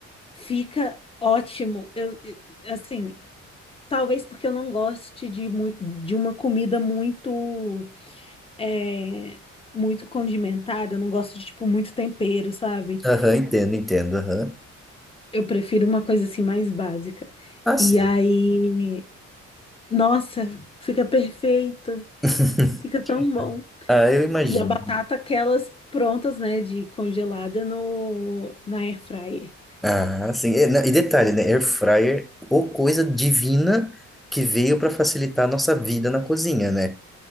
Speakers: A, on the left; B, in the centre.
A: Fica ótimo. Eu, eu- assim, talvez porque eu não goste de, mui- de uma comida muito, é, muito condimentada. Eu não gosto de, tipo, muito tempero, sabe?
B: Aham, entendo, entendo. Aham.
A: Eu prefiro uma coisa assim mais básica.
B: Ah, sim.
A: E aí, nossa, fica perfeito.
B: <laughs>
A: Fica tão bom.
B: Ah, eu imagino.
A: E a batata, aquelas prontas, né, de congelada no, na air fryer.
B: Ah, sim. E, na- e detalhe, né? Air fryer, ou coisa divina que veio para facilitar a nossa vida na cozinha, né?